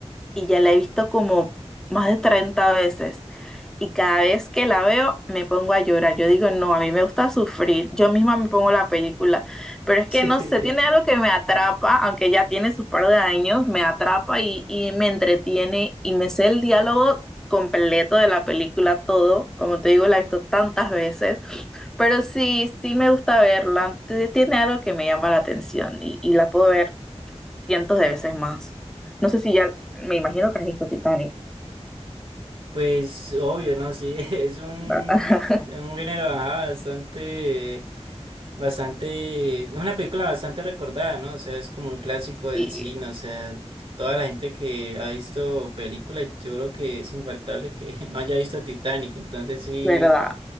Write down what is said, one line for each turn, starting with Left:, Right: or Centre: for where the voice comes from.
Centre: y ya la he visto como más de 30 veces y cada vez que la veo me pongo a llorar. Yo digo, no, a mí me gusta sufrir, yo misma me pongo la película, pero es que
Right: <laughs>
Centre: no sé, tiene algo que me atrapa, aunque ya tiene su par de años, me atrapa y, y me entretiene y me sé el diálogo completo de la película, todo, como te digo, la he visto tantas veces. Pero sí, sí me gusta verla. T- Tiene algo que me llama la atención y, y la puedo ver cientos de veces más. No sé si ya, me imagino que has visto Titanic,
Right: Pues obvio, ¿no? Sí, <laughs> es un,
Centre: ¿verdad? <laughs>
Right: un género, ajá, bastante. Bastante, es una película bastante recordada, ¿no? O sea, es como un clásico del
Centre: Sí,
Right: cine, o sea, toda la gente que ha visto películas, yo creo que es infaltable que <laughs> no haya visto Titanic, entonces sí,
Centre: ¿verdad?